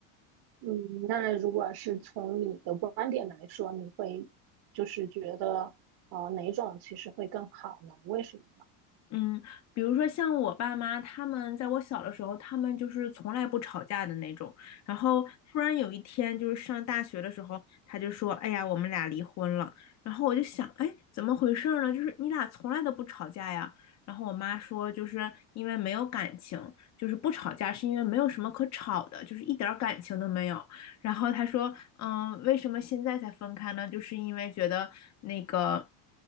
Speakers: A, on the right; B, on the left.
A: 嗯，那如果是从你的观点来说，你会就是觉得呃哪种其实会更好呢？为什么呢？
B: 嗯，比如说像我爸妈，他们在我小的时候，他们就是从来不吵架的那种。然后突然有一天，就是上大学的时候，他就说：“哎呀，我们俩离婚了。”然后我就想：“哎，怎么回事儿呢？就是你俩从来都不吵架呀？”然后我妈说：“就是因为没有感情，就是不吵架是因为没有什么可吵的，就是一点儿感情都没有。”然后他说，嗯，为什么现在才分开呢？就是因为觉得那个